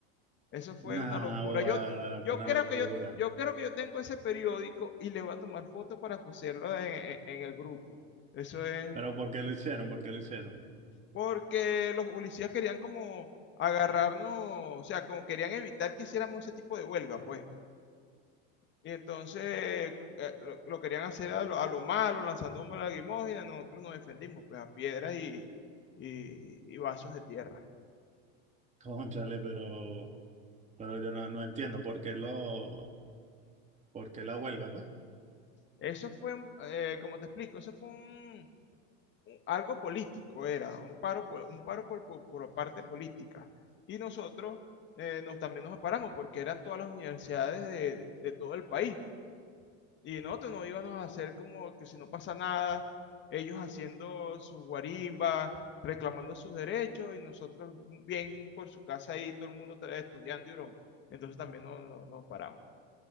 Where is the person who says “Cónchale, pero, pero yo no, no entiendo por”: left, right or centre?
Right